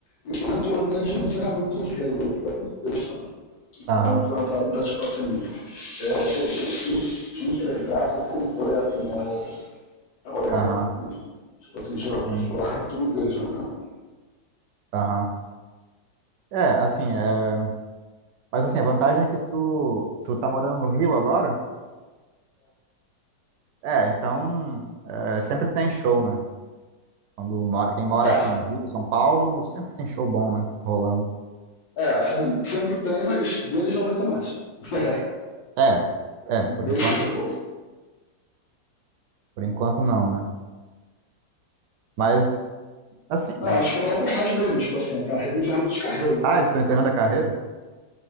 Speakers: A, on the left (about 85°); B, on the right (about 75°).
A: E foi um torneio de encerramento de rede deles também. Então
B: Aham,
A: foi uma parada, tipo assim, é, que eu tive que entregar por completo né, o, o
B: aham,
A: evento. Né? Tipo assim, já,
B: sim,
A: já larguei tudo deles, né?
B: aham. É, assim, é... mas assim, a vantagem é que tu, tu tá morando no Rio agora, é, então é, sempre tem show, né? Quando mora, quem mora
A: É,
B: assim, Rio, São Paulo, sempre tem show bom, né? Rolando.
A: é, sempre, sempre tem, mas deles não vai ter mais. <laughs>
B: É, é, por
A: Beijo
B: enquanto,
A: e acabou.
B: não- por enquanto não, né? Mas, assim,
A: Não,
B: é...
A: acho que não vai ter mais mesmo, tipo assim, é carre- encerramento de carreira, né?
B: ah, eles estão encerrando a carreira?